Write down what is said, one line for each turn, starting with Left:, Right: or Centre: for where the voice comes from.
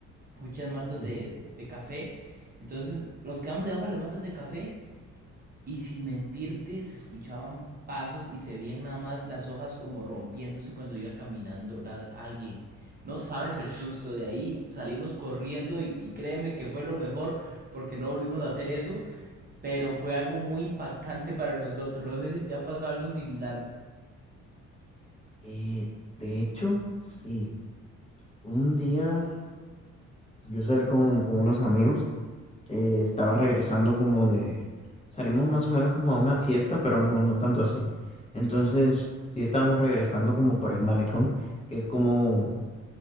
Right: muchas matas
Left: sí.
Right: de, de café. Entonces nos quedamos debajo de las matas de café y sin mentirte se escuchaban pasos y se veían nada más las hojas como rompiéndose cuando iba caminando la- alguien. No sabes el susto de ahí, salimos corriendo y, y créeme que fue lo mejor porque no volvimos a hacer eso, pero fue algo muy impactante para nosotros. No sé si te ha pasado algo similar.
Left: Eh, de hecho, sí. Un día yo salí con, con unos amigos, eh, estaba regresando como de... Salimos más o menos como a una fiesta, pero no, no tanto así. Entonces, sí estábamos regresando como por el malecón, que es como...